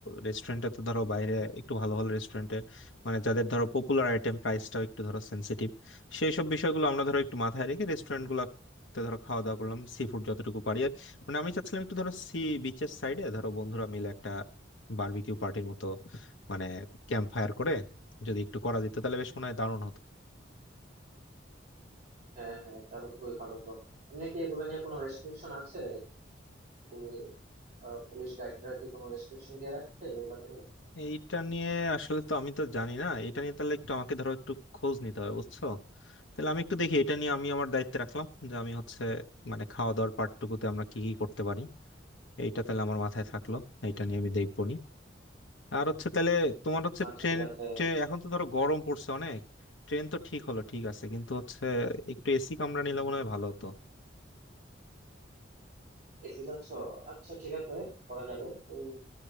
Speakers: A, on the left; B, on the right.
A: রেস্টুরেন্টে তো ধরো বাইরে একটু ভালো ভালো রেস্টুরেন্টে মানে যাদের ধরো পপুলার আইটেম প্রাইসটাও একটু ধরো সেন্সিটিভ সেই সব বিষয়গুলো আমরা ধরো একটু মাথায় রেখে রেস্টুরেন্ট গুলাতে ধরো খাওয়া দাওয়া করলাম সি ফুড যতটুকু পারি আর মানে আমি চাচ্ছিলাম একটু ধরো সি বিচের সাইডে ধরো বন্ধুরা মিলে একটা বারবিকিউ পার্টির মতো মানে ক্যাম্প ফায়ার করে যদি একটু করা যেত তাহলে বেশ মনে হয় দারুণ হতো
B: হ্যাঁ হ্যাঁ তাহলে তো খুবই ভালো তো এমনি কি এগুলো নিয়ে কোনো রেস্ট্রিকশন আছে যে পুলিশ গাইডরা কি কোনো রেস্ট্রিকশন দিয়ে রাখছে এগুলাতে নিয়ে
A: এইটা নিয়ে আসলে তো আমি তো জানি না এটা নিয়ে তাহলে একটু আমাকে ধরো একটু খোঁজ নিতে হবে বুঝছো তাহলে আমি একটু দেখি এটা নিয়ে আমি আমার দায়িত্বে রাখলাম যে আমি হচ্ছে মানে খাওয়া দাওয়ার পার্টটুকুতে আমরা কি কি করতে পারি এইটা তাহলে আমার মাথায় থাকলো এইটা নিয়ে আমি দেখবো নি আর হচ্ছে তাহলে তোমার হচ্ছে
B: আচ্ছা
A: ট্রেন
B: ঠিক আছে
A: এখন তো ধরো গরম পড়ছে অনেক ট্রেন তো ঠিক হলো ঠিক আছে কিন্তু হচ্ছে একটু এসি কামরা নিলে মনে হয় ভালো হতো
B: এসি যাচ্ছ আচ্ছা ঠিক আছে করা যাবে ওই